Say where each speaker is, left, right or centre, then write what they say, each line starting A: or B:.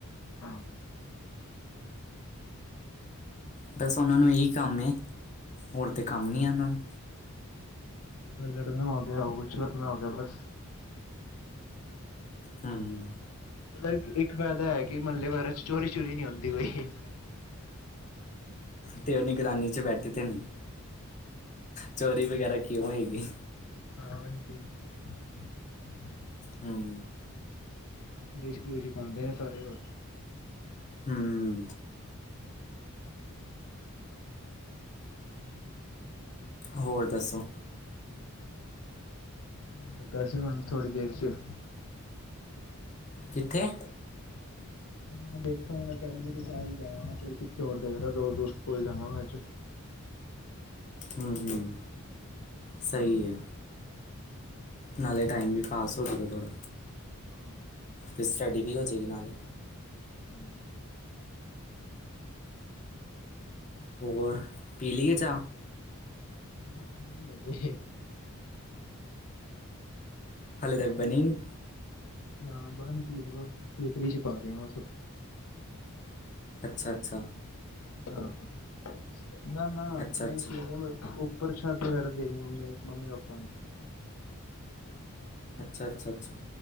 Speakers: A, on the left; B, on the left.
A: <unintelligible>
B: ਬਸ ਉਹਨਾਂ ਨੂੰ ਇਹੀ ਕੰਮ ਹੈ ਹੋਰ ਤੇ ਕੰਮ ਨੀਂ ਇੰਨਾ ਨੂੰ
A: ਬ ਲੜਨਾ ਹੋ ਗਿਆ ਹੋ ਕੁਛ ਕਰਨਾ ਹੋ ਗਿਆ ਬਸ
B: ਹਮ
A: ਐਦਾ ਇੱਕ ਇੱਕ ਫਾਇਦਾ ਹੈ ਕਿ ਮਹੱਲੇ ਵਗੈਰਾ ਚ ਚੋਰੀ ਚੂਰੀ ਨੀ ਹੁੰਦੀ ਕੋਈ
B: ਤੇ ਉਹ ਨਿਗਰਾਨੀ ਚ ਬੈਠੇ ਤੇ ਨ ਚੋਰੀ ਵਗੈਰਾ ਕਿਉਂ ਹੋਏਗੀ
A: ਹਾਂ ਅੰਟੀ। <unintelligible>
B: ਹਮ
A: ਕਲੇਸ਼ ਕਲੂਸ਼ ਹੀ ਪਾਂਦੇ ਨੇ ਸਾਰੇ ਹੋਰ
B: ਹਮ ਹੋਰ ਦੱਸੋ
A: ਲਗਾ ਸੀ ਹੁਣ ਥੋੜੀ ਦੇਰ ਚ
B: ਕਿੱਥੇ
A: ਮੈਂ ਦੇਖਾਂਗਾ ਅਕੈਡਮੀ ਦੇ ਸਾਈਡ ਜਾਵਾਂ ਫਿਰ ਕੁਛ ਹੋਰ ਦੇਰ ਤਕ ਦੋ ਦੋਸਤ ਕੌਲ ਜਾਵਾਂਗਾ ਅੱਜ
B: ਹਮ ਹਮ
A: ਹਾਂ
B: ਸਹੀ ਐ ਨਾਲੇ ਟਾਈਮ ਵੀ ਪਾਸ ਹੋ ਜੇਗਾ ਥੋੜ੍ਹਾ
A: ਹਮ। <unintelligible>
B: ਤੇ ਸਟੱਡੀ ਵੀ ਹੋ ਜੇਗੀ ਨਾਲੇ
A: ਹੂੰ
B: ਹੋਰ ਪੀ ਲਈ ਐ ਚਾਹ
A: ਹਾਂ, ਬਣ ਰੀ ਹਜੇ ਹੈ <unintelligible>
B: ਹਾਲੇ ਤੱਕ
A: ਬਣ
B: ਬਣੀ ਨਹੀਂ
A: ਨਾ ਬਣ ਕੀ <unintelligible> ਕੇਤਲੀ ਚ ਪਾ ਰਿਹਾ
B: ਅੱਛਾ-ਅੱਛਾ।
A: ਹਾਂ ਨਾ-ਨਾ
B: ਅੱਛਾ ਅੱਛਾ
A: ਨਈ ਸੁ ਪ੍ਰਸ਼ਾਦ ਵਗੈਰਾ ਦੇਨੀ ਮੰਮੀ ਮੰਮੀ ਪਾਪਾ ਨੂੰ।
B: ਅੱਛਾ-ਅੱਛਾ-ਅੱਛਾ।